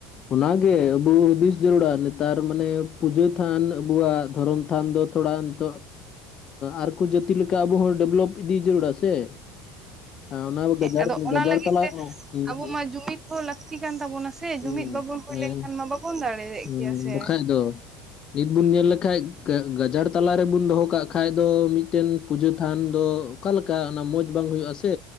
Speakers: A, on the left; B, on the right.
A: ᱚᱱᱟ ᱜᱮ ᱟᱵᱚ ᱦᱩᱫᱤᱥ ᱡᱟᱹᱨᱩᱲᱟ ᱱᱮᱛᱟᱨ ᱢᱟᱱᱮ ᱯᱩᱡᱟᱹ ᱛᱷᱟᱱ ᱟᱵᱚᱣᱟᱜ ᱫᱷᱚᱨᱚᱢ ᱛᱷᱟᱱ ᱫᱚ ᱛᱷᱚᱲᱟ ᱛᱚ ᱟᱨ ᱠᱚ ᱡᱟᱹᱛᱤ ᱞᱮᱠᱟ ᱟᱵᱚ ᱦᱚᱸ ᱰᱮᱵᱷᱞᱚᱯ ᱤᱫᱤ ᱡᱟᱹᱨᱩᱲᱟ ᱥᱮ ᱾ ᱦᱮᱸ ᱚᱱᱟ ᱠᱚ ᱜᱟᱡᱟᱲ
B: ᱟᱫᱚ ᱚᱱᱟ
A: ᱜᱟᱡᱟᱲ
B: ᱞᱟᱹᱜᱤᱫ
A: ᱛᱟᱞᱟ
B: ᱛᱮ
A: <unintelligible>
B: ᱟᱵᱚ ᱢᱟ ᱡᱩᱢᱤᱫ ᱦᱚᱸ ᱞᱟᱹᱠᱛᱤ ᱠᱟᱱ ᱛᱟᱵᱚᱱᱟ ᱥᱮ
A: ᱦᱩᱸ,
B: ᱡᱩᱢᱤᱫ ᱵᱟᱵᱚᱱ ᱦᱩᱭ
A: ᱦᱮᱸ,
B: ᱞᱮᱱᱠᱷᱟᱱ ᱢᱟ ᱵᱟᱵᱚᱱ ᱫᱟᱲᱮᱭᱟᱜ
A: ᱦᱩᱸ,
B: ᱜᱮᱭᱟ ᱥᱮ
A: ᱵᱟᱠᱷᱟᱡ
B: ᱾
A: ᱫᱚ ᱱᱤᱛ ᱵᱚᱱ ᱧᱮᱞ ᱞᱮᱠᱷᱟᱡ ᱜᱟ ᱜᱟᱡᱟᱲ ᱛᱟᱞᱟ ᱨᱮᱵᱚᱱ ᱫᱚᱦᱚ ᱠᱟᱜ ᱠᱷᱟᱡ ᱫᱚ ᱢᱤᱫ ᱴᱮᱱ ᱯᱩᱡᱟᱹ ᱛᱷᱟᱱ ᱫᱚ ᱚᱠᱟ ᱞᱮᱠᱟ ᱚᱱᱟ ᱢᱚᱡᱽ ᱵᱟᱝ ᱦᱩᱭᱩᱜᱼᱟ ᱥᱮ